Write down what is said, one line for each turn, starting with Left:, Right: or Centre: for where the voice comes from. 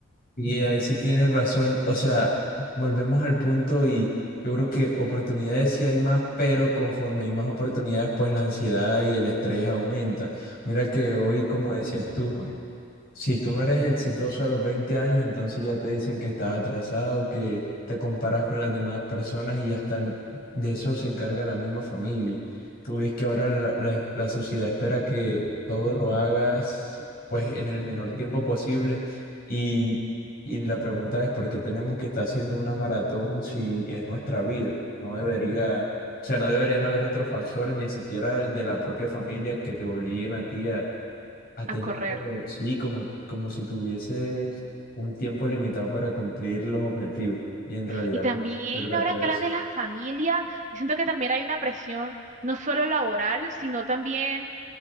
Left: Y ahí sí tienes razón, o sea, volvemos al punto y yo creo que oportunidades sí hay más, pero conforme hay más oportunidades, pues la ansiedad y el estrés aumenta. Mira que hoy, como decías tú, Si tú no eres exitoso a los 20 años, entonces ya te dicen que estás atrasado, que te comparas con las demás personas y hasta n- de eso se encarga la misma familia. Tú ves que ahora la, la- la sociedad espera que todo lo hagas pues en el menor tiempo posible y, y la pregunta es ¿por qué tenemos que estar haciendo una maratón si es nuestra vida? No debería, o sea, no deberían haber otros factores, ni siquiera el de la propia familia que te obliguen a ti a tener
Right: A correr.
Left: como, sí, como, como si tuviese un tiempo limitado para cumplir los objetivos. Y en realidad
Right: Y también
Left: no se trata
Right: ahora
Left: de
Right: que hablas
Left: eso.
Right: de la familia, siento que también hay una presión no solo laboral, sino también